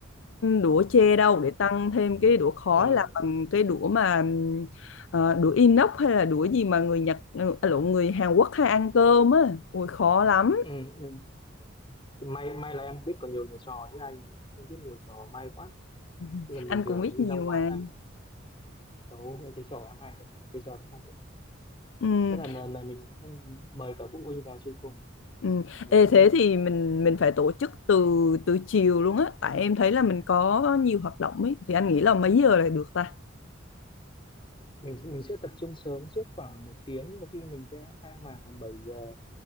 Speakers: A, on the left; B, on the left.
A: đũa tre đâu
B: ừ
A: để tăng thêm cái đũa khói
B: ừ
A: là bằng cái đũa mà ừm, ờ, đũa inox hay là đũa gì mà người Nhật ừ, à, lộn người Hàn Quốc hay ăn cơm á ui khó lắm
B: ừ, ừ. Thì may may là em biết còn nhiều nhiều trò chứ anh anh cũng không biết nhiều trò may quá
A: <laughs>
B: chứ còn bình
A: anh
B: thường
A: cũng biết
B: như
A: nhiều
B: năm ngoái
A: mà
B: anh thấu anh thấy trò em hay đấy cái trò đấy hay đấy
A: Ừm,
B: tức là lần này mình sẽ mời cả phụ huynh vào chơi cùng
A: ừm.
B: với
A: Ê, thế thì
B: các em
A: mình mình
B: ừ.
A: phải tổ chức từ từ chiều luôn á tại em thấy là mình có nhiều hoạt động ấy thì anh nghĩ là mấy giờ là được ta
B: mình mình sẽ tập trung sớm trước khoảng một tiếng có khi mình sẽ khai mạc khoảng 7 giờ